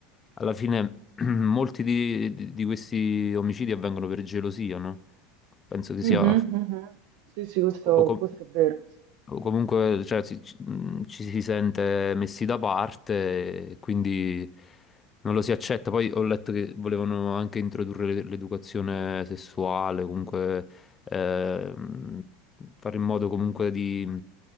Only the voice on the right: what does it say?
mhm,
mhm. Sì, sì, questo
questo è vero.